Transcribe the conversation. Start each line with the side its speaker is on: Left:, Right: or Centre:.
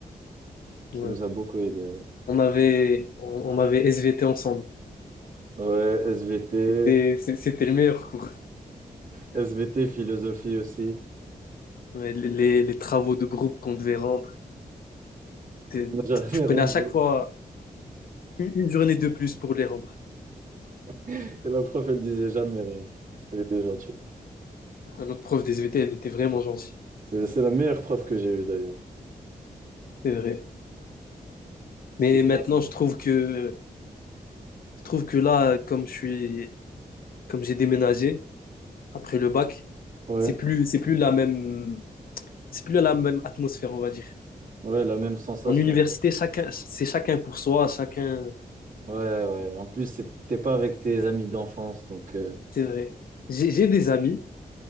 Right: Ça
Left: ouais.
Right: nous a beaucoup aidés. Ouais,
Left: On avait, on, on avait SVT ensemble.
Right: Ouais, SVT,
Left: C'était c'est- c'était le meilleur cours.
Right: SVT, philosophie aussi.
Left: Ouais, les, les- les travaux de groupe qu'on devait rendre, t'es-
Right: On n'a jamais
Left: tu prenais
Right: <laughs> rendu.
Left: à chaque fois une, une journée de plus pour les rendre.
Right: Et la prof, elle disait jamais rien. Elle était gentille.
Left: Notre prof des SVT, elle était vraiment gentille,
Right: C'est c'est la meilleure prof que j'ai eue d'ailleurs.
Left: c'est vrai.
Right: C'est
Left: Mais
Right: clairement.
Left: maintenant, je trouve que, je trouve que là, comme je suis, comme j'ai déménagé après le bac,
Right: Ouais,
Left: c'est plus, c'est plus la même, c'est plus la même atmosphère, on va dire.
Right: ouais, la même sensation
Left: En université,
Right: quoi.
Left: chacun, c'est chacun pour soi, chacun,
Right: Ouais, ouais. En plus, c'est- t'es pas avec tes amis d'enfance, donc euh,
Left: c'est vrai. J'ai j'ai des amis